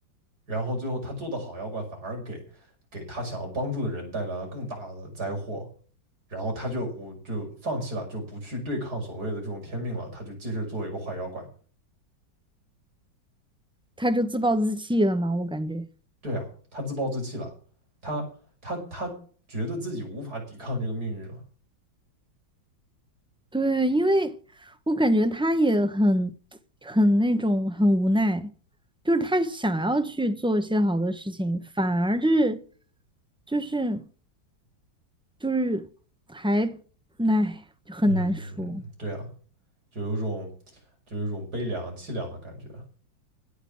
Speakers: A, on the right; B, in the centre.
A: 然后最后他做的好妖怪反而给给他想要帮助的人带来了更大的灾祸，然后他就我就放弃了，就不去对抗所谓的这种天命了，他就接着做一个坏妖怪。
B: 他就自暴自弃了嘛，我感觉。
A: 对啊，他自暴自弃了，他他他觉得自己无法抵抗这个命运了。
B: 对，因为我感觉他也很很那种很无奈，就是他想要去做一些好的事情，反而就是就是就是还唉就很难说。
A: 嗯，对啊，就有一种就有一种悲凉凄凉的感觉。